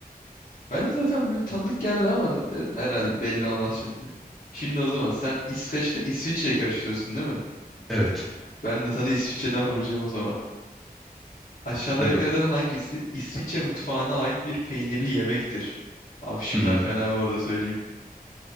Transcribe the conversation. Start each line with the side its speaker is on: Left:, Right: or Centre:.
Left: Ben de zaten bir tanıdık geldi ama dedim herhalde belli olmaz şimdi. Şimdi o zaman sen İsveç'le İsviçre'yi karıştırıyorsun değil mi?
Centre: Evet.
Left: Ben de sana İsviçre'den vuracağım o zaman. Aşağıdakilerden
Centre: Hadi bakayım.
Left: hangisi İsviçre mutfağına ait bir peynirli yemektir? Abi şıklar
Centre: Hmm,
Left: fena bu arada söyleyeyim.